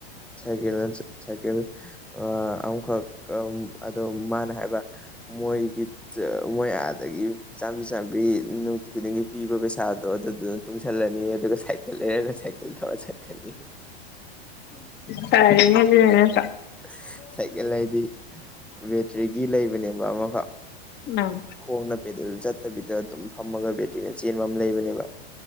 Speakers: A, in the centre; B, on the left.
A: ꯁꯥꯏꯀꯜ ꯁꯥꯏꯀꯜ ꯑ ꯑꯃꯈꯛ ꯑꯝ ꯑꯗꯨꯣ ꯃꯥꯅ ꯍꯥꯏꯕ ꯃꯣꯏꯒꯤ ꯆ ꯃꯣꯏ ꯑꯥꯗꯒꯤ ꯆꯥꯝꯃꯔꯤ ꯆꯥꯝꯃꯔꯤ ꯅꯨꯡꯇꯤ ꯈꯨꯗꯤꯡꯒꯤ ꯄꯤꯕ ꯄꯩꯁꯥꯗꯣ ꯑꯗꯨꯗꯨ ꯇꯨꯡꯁꯜꯂꯅꯤ ꯑꯗꯨꯒ ꯁꯥꯏꯀꯜ ꯂꯩꯔꯒ ꯆꯠ ꯇꯔꯒ ꯆꯇꯀꯥꯅꯦꯌꯦ ꯫
B: ꯐꯔꯦꯅꯦ ꯑꯗꯨꯅ ꯅꯥꯠꯇꯔ
A: ꯑꯁ ꯁꯥꯏꯀꯜ ꯍꯥꯏꯗꯤ ꯕꯦꯇ꯭ꯔꯤꯒꯤ ꯂꯩꯕꯅꯦꯕ ꯑꯃꯈꯛ
B: ꯎꯝ
A: ꯈꯣꯡꯅ ꯄꯦꯗꯜ ꯆꯠꯇꯕꯤꯗ ꯑꯗꯨꯝ ꯐꯝꯃꯒ ꯕꯦꯇ꯭ꯔꯤꯅ ꯆꯦꯟꯕꯃ ꯂꯩꯕꯅꯦꯕ